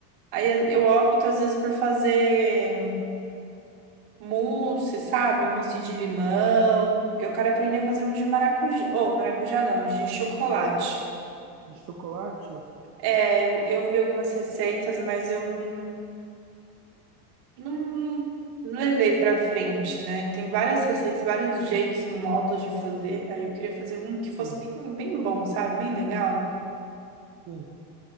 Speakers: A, on the right; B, on the right.
A: Aí eu opto às vezes por fazer Mousse, sabe? Mousse de limão. Eu quero aprender a fazer um de maracujá. Oh, maracujá não, de chocolate.
B: De chocolate?
A: É, eu, eu vi algumas receitas, mas eu não, não, não levei pra frente, né? Tem várias receitas, vários jeitos, modos de fazer. Aí eu queria fazer um que fosse
B: Sim,
A: bem, bem bom, sabe? Bem legal.
B: sim.